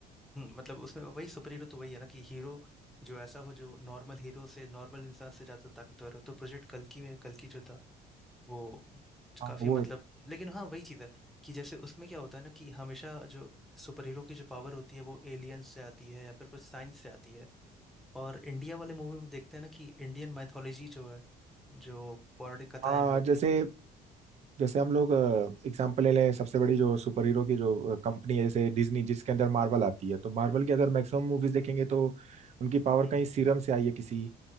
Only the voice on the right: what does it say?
हाँ
वो
हाँ
जैसे
जैसे हम लोग एग्जाम्पल ले लें सबसे बड़ी जो सुपर हीरो की जो कंपनी है जैसे डिज्नी जिसके अंदर मार्वल आती है तो मार्वल की अगर मैक्सिमम मूवीज देखेंगे तो उनकी पावर
कहीं सीरम से आई है किसी